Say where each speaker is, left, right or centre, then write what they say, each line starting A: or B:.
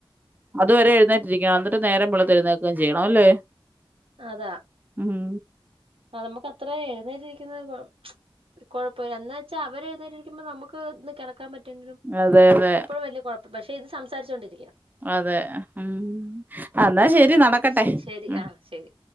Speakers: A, on the right; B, on the right.
A: അതുവരെ എഴുന്നേറ്റിരിക്കണം. എന്നിട്ട് നേരം വെളളുത്ത് എഴുന്നേക്കുകയും ചെയ്യണം അല്ലേ.
B: അതാ
A: ഉം
B: ആഹ് നമുക്ക് അത്രേ എഴുന്നേറ്റിരിക്കുന്നത് കൊ കൊഴപ്പല്ല. എന്ന് വെച്ചാ അവര് എഴുന്നേറ്റിരിക്കുമ്പോ നമുക്ക് ഇന്ന് കിട ക്കാൻ പറ്റോങ്കിലും
A: അതെ അതെ
B: അപ്പോഴും വലിയ കുഴപ്പം. പക്ഷെ ഇത് സംസാരിച്ചോണ്ടിരിക്കണം
A: അതെ ഉം അന്നാ
B: ആ
A: ശരി
B: ആ
A: നടക്കട്ടെ.
B: എങ്കിൽ ശരി
A: ഉം
B: ആ ശരി.